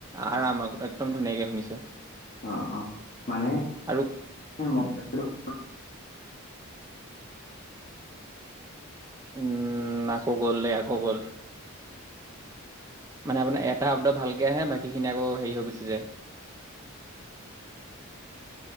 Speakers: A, on the left; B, on the right.
A: অ
B: আৰাম আক- একদম ধুনীয়াকে শুনিছোঁ
A: অ অ মানে
B: আৰু
A: <unintelligible>
B: উম আকৌ গ'ল দেই আকৌ গ'ল মানে আপোনাৰ এটা শব্দ ভালকে আহে বাকীখিনি আকৌ হেৰি হৈ গুচি যায়
A: <unintelligible>